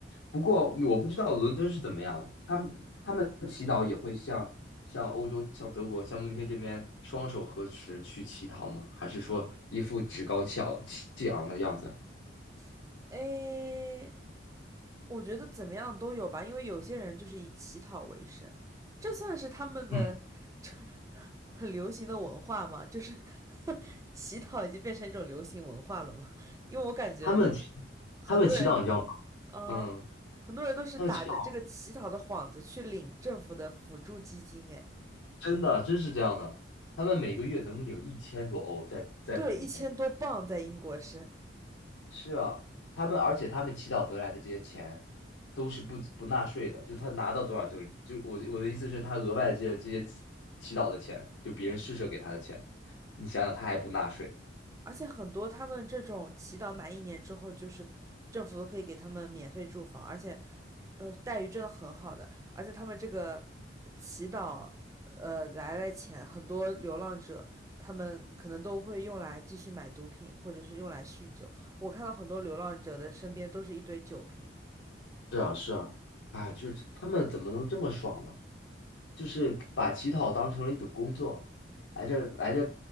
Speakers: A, on the left; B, on the right.
A: 不过我不知道伦敦是怎么样，他们他们祈祷也会像像欧洲、像德国、像慕尼黑这边双手合十去乞讨吗？还是说一副趾高气昂气昂的样子？
B: <laughs> 诶，我觉得怎么样都有吧，因为有些人就是以乞讨为生，这算是他们的这
A: 嗯，
B: <laughs> 很流行的文化嘛，就是 <laughs> 乞讨已经变成一种流行文化了嘛，因为我感觉
A: 他们祈
B: 很多人
A: 他们祈祷你知道吗？
B: 嗯，
A: 嗯，
B: 很多人都是打着这个乞讨的幌子去领政府的辅助基金，
A: 他们祈祷
B: 哎，
A: 真的真是这样的，他们每个月能领一千多欧在在慕尼黑。
B: 对，一千多镑在英国是，
A: 是啊，他们而且他们祈祷得来的这些钱都是不不纳税的，就他拿到多少就就我的我的意思是，他额外的这些这些祈祈祷的钱，就别人施舍给他的钱，你想想他还不纳税。
B: 而且很多他们这种祈祷满一年之后，就是政府都可以给他们免费住房，而且，呃，待遇真的很好的，而且他们这个祈祷，呃，来的钱，很多流浪者他们可能都会用来继续买毒品，或者是用来酗酒。我看到很多流浪者的身边都是一堆酒瓶。
A: 是啊，是啊，啊，就是他们怎么能这么爽呢？就是把乞讨当成了一种工作，来这来这